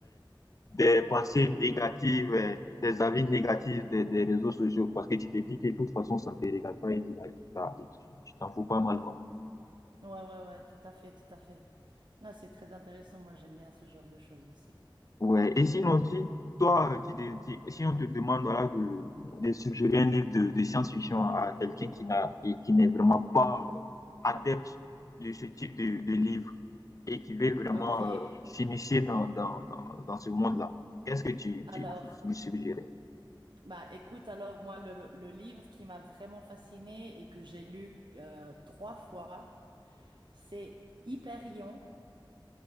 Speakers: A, on the left; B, on the right.
A: des pensées négatives, euh, des avis négatifs des, des réseaux sociaux, parce que tu te dis que de toute façon, ça ne te regarde pas et tu tu t'en tu- tu t'en fous pas mal, quoi.
B: Ouais, ouais, ouais, tout à fait, tout à fait. Non, c'est très intéressant. Moi, j'aime bien ce genre de choses aussi.
A: Ouais. Et sinon, si toi, tu te- tu- si on te demande voilà, de, de suggérer un livre de, de science-fiction à quelqu'un qui n'a, qui, qui n'est vraiment pas euh, adepte de ce type de, de livre et qui veut vraiment
B: Ok,
A: euh, s'initier dans, dans, dans, dans ce monde-là, qu'est-ce que tu,
B: alors,
A: tu, tu lui suggérais?
B: bah écoute, alors moi, le, le livre qui m'a vraiment fascinée et que j'ai lu euh, trois fois, c'est Hyperion